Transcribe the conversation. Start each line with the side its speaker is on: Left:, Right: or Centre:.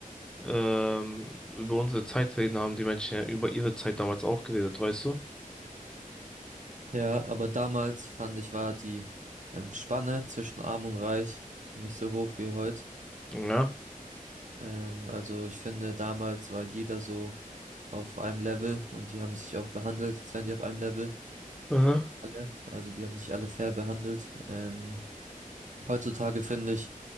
Centre: ähm, über unsere Zeit reden, haben die Menschen ja über ihre Zeit damals auch geredet, weißt du?
Right: ja, aber damals fand ich, war die ähm, Spanne zwischen Arm und Reich nicht so hoch wie heute.
Centre: Ja.
Right: Ähm, also ich finde, damals war jeder so auf einem Level und die haben sich auch behandelt, als wären die auf einem Level.
Centre: Aha.
Right: Alle. Also die haben sich alle fair behandelt. Ähm, heutzutage finde ich,